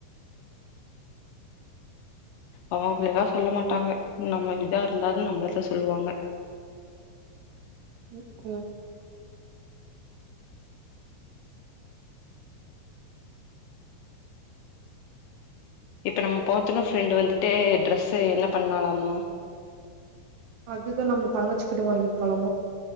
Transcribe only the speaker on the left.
அவங்குளலா சொல்ல மாட்டாங்க நம்ம இதா இருந்தாலு நம்ளதா சொல்லுவாங்க
இப்ப நம் போத்துணு ஃபிரெண்டு வந்துட்டு ட்ரெஸு என்ன பண்ணாலாமா